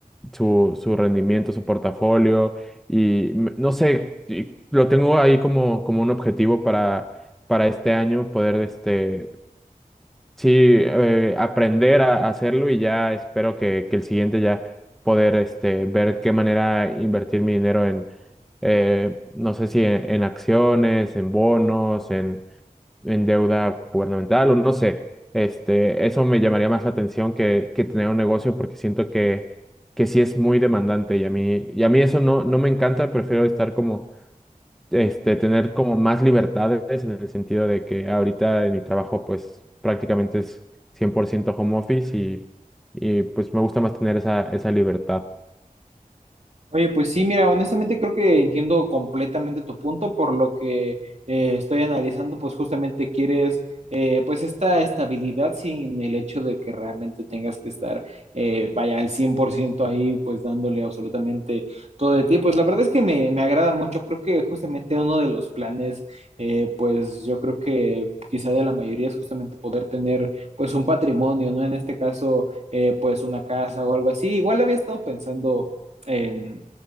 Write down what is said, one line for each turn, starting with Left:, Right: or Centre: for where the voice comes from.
Centre: su, su rendimiento, su portafolio y m- no sé, y lo tengo ahí como, como un objetivo para, para este año poder este, Sí, eh, aprender a a hacerlo y ya espero que, que el siguiente ya poder este, ver qué manera invertir mi dinero en, eh, no sé si en, en acciones, en bonos, en, en deuda gubernamental o no sé. Este, eso me llamaría más la atención que, que tener un negocio porque siento que, que sí es muy demandante y a mí, y a mí eso no, no me encanta, prefiero estar como este, tener como más libertades en el sentido de que ahorita en mi trabajo pues prácticamente es 100% home office y, y pues me gusta más tener esa, esa libertad.
Right: Oye, pues sí, mira, honestamente creo que entiendo completamente tu punto, por lo que eh, estoy analizando, pues justamente quieres eh, pues esta estabilidad sin el hecho de que realmente tengas que estar, eh, vaya, al 100% ahí, pues dándole absolutamente todo de ti. Pues la verdad es que me, me agrada mucho, creo que justamente uno de los planes, eh, pues yo creo que quizá de la mayoría es justamente poder tener pues un patrimonio, ¿no? En este caso, eh, pues una casa o algo así. Igual había estado pensando en,